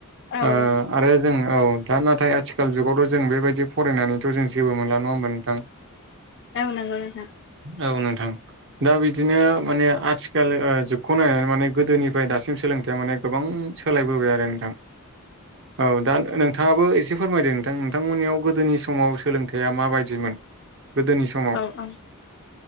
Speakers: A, on the left; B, on the right.
A: औ
B: ओ
A: उ।
B: आरो जों औ दा नाथाय आथिखाल जुगावथ' जों बेबायदि फरायनानैथ' जों जेबो मोनला नङा होमबा नोंथां?
A: औ नंगौ नोंथां।
B: औ नोंथां। दा बिदिनो माने आथिखाल ओ जुगखौ नायनानै माने गोदोनिफ्राय दासिम सोलोंथाइया माने गोबां सोलायबोबाय आरो नोंथां औ दा नोंथाङाबो एसे फोरमायदो ओं नोंथांमोननियाव गोदोनि समाव सोलोंथाइया माबायदिमोन गोदोनि समाव?
A: औ औ